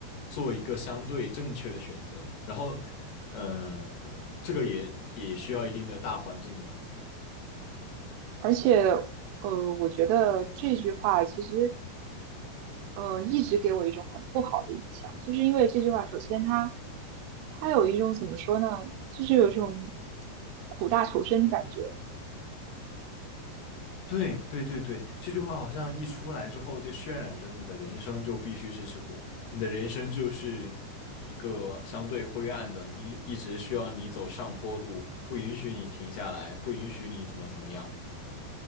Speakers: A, on the left (about 70°); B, on the right (about 80°).
A: 做一个相对正确的选择。然后呃，这个也也需要一定的大环境吧。
B: 而且，呃，我觉得这句话其实，呃，一直给我一种很不好的印象，就是因为这句话，首先它，它有一种怎么说呢，就是有一种苦大仇深的感觉。
A: 对对对对，这句话好像一出来之后，就渲染着你的人生就必须是吃苦，你的人生就是一个相对灰暗的，一一直需要你走上坡路，不允许你停下来，不允许你怎么怎么样。